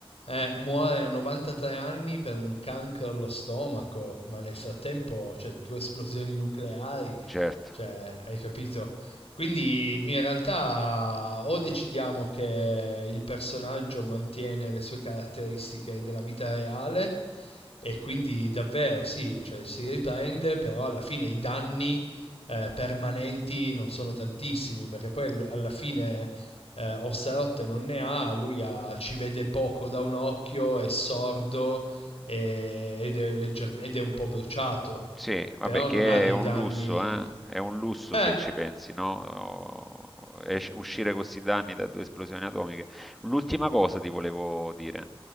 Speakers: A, on the left; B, in the centre.
A: Eh, muore a 93 anni per un cancro allo stomaco, ma nel frattempo, cioè, due esplosioni nucleari,
B: certo.
A: cioè, hai capito? Quindi in realtà o decidiamo che il personaggio mantiene le sue caratteristiche della vita reale e quindi davvero sì, cioè, si riprende, però alla fine i danni eh, permanenti non sono tantissimi, perché poi all- alla fine eh, Osserotte non ne ha, lui ha- ci vede poco da un occhio, è sordo e- ed, è legger- ed è un po' bruciato,
B: Sì, vabbè,
A: però
B: che
A: non ha dei
B: è un
A: danni...
B: lusso, eh? È un lusso
A: Eh,
B: se ci pensi, no? Oh, es- Uscire con questi danni da due esplosioni atomiche. L'ultima cosa ti volevo dire.